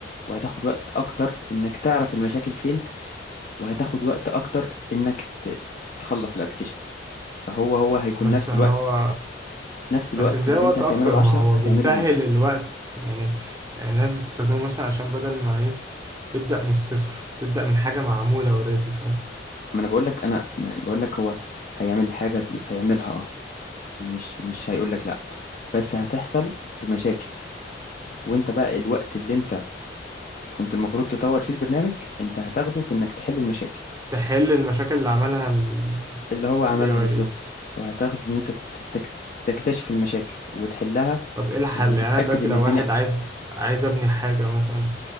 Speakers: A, on the left; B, on the right.
A: وهتاخد وقت اكتر انك تعرف المشاكل فين وهتاخد وقت اكتر انك ت- تخلص الابلكيشن هو هو هيكون
B: بس
A: نفس
B: هو
A: الوقت نفس الوقت
B: بس ازاي
A: اللي
B: وقت
A: انت هتعمله
B: اكتر
A: بعشرة
B: ما هو
A: هتعمله
B: بيسهل
A: بيه
B: الوقت يعني يعني الناس بتستخدمه مثلا عشان بدل ما ايه تبدأ من الصفر تبدأ من حاجة معمولة اوريدي فاهم
A: ما انا بقول لك انا يعني بقول لك هو هيعمل الحاجة دي هيعملها اه مش مش هيقول لك لا بس هتحصل بمشاكل وانت بقى الوقت اللي انت كنت المفروض تطور فيه البرنامج انت هتاخده في انك تحل المشاكل
B: تحل المشاكل اللي عملها ال
A: اللي هو عملها
B: AI
A: بالظبط وهتاخده ان انت تك- تكتشف المشاكل وتحلها
B: طب ايه الحل
A: وتتأكد
B: يعني انا دلوقتي
A: ان
B: لو
A: الدنيا
B: واحد عايز عايز ابني حاجة مثلا